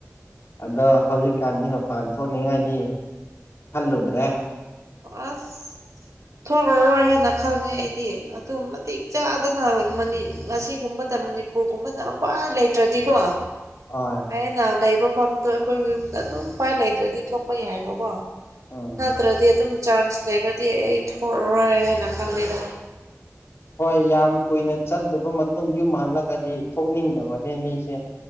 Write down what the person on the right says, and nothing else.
ꯑꯁ ꯊꯣꯛꯔꯔꯣꯏ ꯍꯥꯏꯅ ꯈꯜꯂꯦ ꯑꯩꯗꯤ ꯑꯗꯨ ꯃꯇꯤꯛ ꯆꯥꯗꯅ ꯃꯁꯤꯒꯨꯝꯕ ꯃꯅꯤꯄꯨꯔꯒꯨꯝꯕꯗ ꯎꯄꯥꯏ ꯂꯩꯇ꯭ꯔꯗꯤꯀꯣ
ꯑꯩꯅ ꯂꯩꯕ ꯃꯐꯝꯗꯣ ꯑꯩꯈꯣꯏ ꯌꯨꯝꯗ ꯑꯗꯨꯝ ꯎꯄꯥꯏ ꯂꯩꯇ꯭ꯔꯗꯤ ꯊꯣꯛꯄ ꯌꯥꯏꯕꯀꯣ
ꯅꯠꯇ꯭ꯔꯗꯤ ꯑꯗꯨꯝ ꯆꯥꯟꯁ ꯂꯩꯔꯗꯤ ꯑꯩ ꯊꯣꯛꯔꯣꯏ ꯍꯥꯏꯅ ꯈꯪꯉꯦꯗ